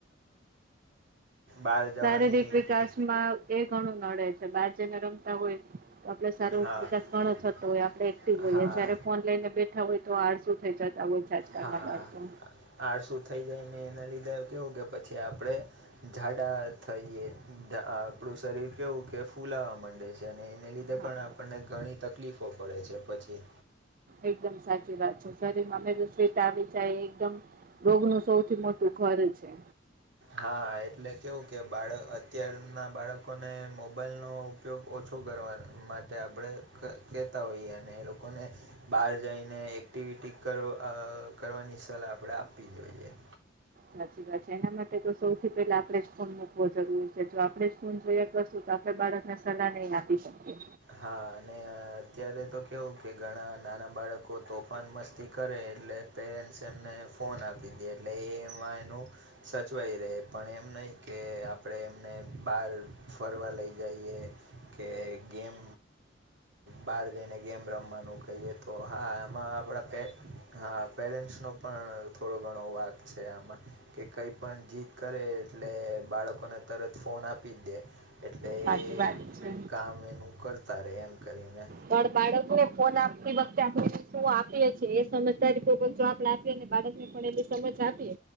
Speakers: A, on the right; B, on the right.
A: બહાર જવાની
B: શારીરિક વિકાસમાં એ ઘણું નડે છે બહાર જઈને રમતા હોય, તો આપડ સારો
A: હા
B: વિકાસ ઘણો થતો હોય આપણે
A: હા
B: જયારે ફોન લઈને બેઠા હોય તો આળસુ થઈ જતા હોય. આજકાલના
A: હા,
B: બાળકો
A: આળસું થઈ જાય, ને એના લીધે કેવું કે પછી આપણે જાડા થઈએ આપડું શરીર કેવું કે ફૂલાવા માંડે છે. છે અને એને લીધે
B: હા
A: પણ આપણને ઘણી તકલીફો પડે છે પછી
B: એકદમ સાચી વાત છે શરીરમાં જામી જાય એકદમ, રોગનું સૌથી મોટું ઘર જ છે.
A: હા, એટલે કેવું કે બાળક, અત્યારના બાળકોને મોબાઈલનો ઉપયોગ ઓછો કરવા માટે આપણે કહેતા હોઈએ અને એ લોકોને બહાર જઈને એક્ટિવિટી કરવાની સલાહ આપણે આપવી જોઈએ.
B: સાચી વાત છે. એના માટે તો સૌથી પહેલા આપડે જ ફોન મૂકવો જરૂરી છે જો આપણે જ ફોન જોયા કરશું તો તો બાળકને સલાહ નહી આપી શકીએ.
A: હા, અને અત્યારે તો કેવું કે ઘણા નાના બાળકો તોફાન મસ્તી કરે એટલે- પેરેન્ટ્સે એમને ફોન આપી દી, એટલે એમાં એનું સચવાય રહે, પણ એમ નહ કે આપણેે એમને બાર ફરવા લઈ જઈએ. કે ગેમ બહાર જઈને ગેમ રમવાનું કહીએ તો હા. આમાં આપણા પે હા, પેરેન્ટ્સનો પણ થોડો ઘણો વાક છે આમાં કે કંઈ પણ જીત કરે એટલે બાળકોને તરત ફોન આપી જ દે એટલે
B: સાચી
A: એ
B: વાત છે.
A: કામ એનું કરતા રે એમ કરીને
B: પણ બાળકોએ ફોન આપતી વખતે આપણે શું આપી છીએ એ સમજદારીપૂર્વક જોબ <inaudible> પણ એની સમજ આપી.